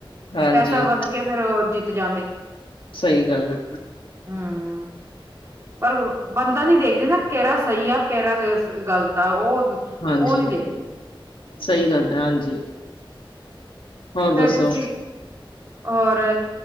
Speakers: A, on the left (about 70°); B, on the right (about 30°).
A: ਹਾਂਜੀ
B: ਪੈਸਾ ਵੰਡ ਕੇ, ਫਿਰ ਜਿੱਤ ਜਾਂਦੇ।
A: ਸਹੀ ਗੱਲ ਐ।
B: ਹੂੰ ਪਰ, ਬੰਦਾ ਨਹੀਂ ਦੇਖਦੇ ਨਾ ਕੇਰਾ ਸਹੀ ਆ, ਕੇਰਾ ਗਲਤ ਆ, ਉਹ
A: ਹਾਂਜੀ
B: ਨਹੀਂ ਦੇਖਦੇ
A: ਸਹੀ ਹਾਂਜੀ। ਹੋਰ
B: ਫਿਰ
A: ਦੱਸੋ
B: ਤੁਸੀ, ਔਰ